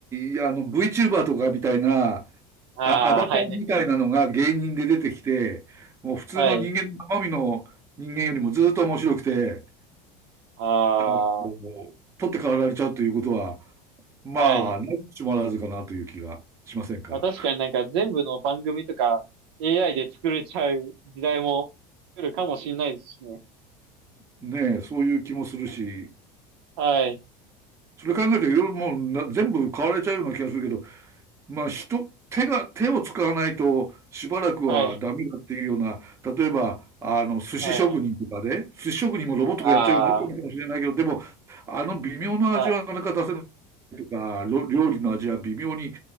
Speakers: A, on the right (about 20°); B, on the right (about 85°).
A: に、あの、VTuber とかみたいな、
B: ああ、
A: あ、アバターみたいなのが芸人で出てきて、
B: はいはいはい。
A: もう普通の人間の生身の人間よりもずっと面白くて、
B: はい。あ
A: あの、もう取って代わられちゃうということは、まあ、
B: あ、はい。
A: なきしもあらずかなという気がしませんか
B: まあ確かになんか全部の番組とか AI で作れちゃう時代も来るかもしれないですしね。
A: ねえ、そういう気もするし、
B: はい。
A: それ考えるといろいろもうな全部買われちゃうような気がするけど、まあ、人、手が、手を使わないとしばらくはダメだっていうような、
B: はい。
A: 例えば、あの、寿司職人とかで、
B: はい。
A: 寿司職人もロボットがやっちゃうようになってるかもしれないけど、
B: ああ、
A: でも、あの微妙な味はなかなか出せないとか、
B: まあ、
A: ろ料理の味は微妙に